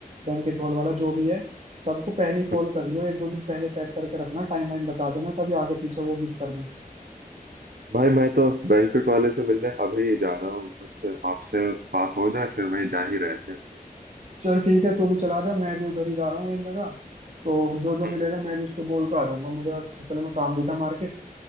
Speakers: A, on the right (about 50°); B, on the right (about 80°).
A: बैंकेट हॉल वाला जो भी है सबको पहले ही कॉल
B: हम्म।
A: कर लियो एक दो दिन पहले सेट करके रखना टाइम वाइम बता देना कभी आगे पीछे वो मिस कर दूँ
B: भाई मैं तो बैंक्वेट वाले से मिलने अभी जा रहा हूँ बस आपसे बात हो जाए फिर वहीं जा ही रहते हैं अभी।
A: चल ठीक है तू भी चला जा मैं भी उधर ही जा रहा हूँ एक जगह तो जो जो
B: हम्म
A: मिलेगा मैं भी उस पर बोल कर आ जाऊंगा मुझे असल में काम भी था मार्केट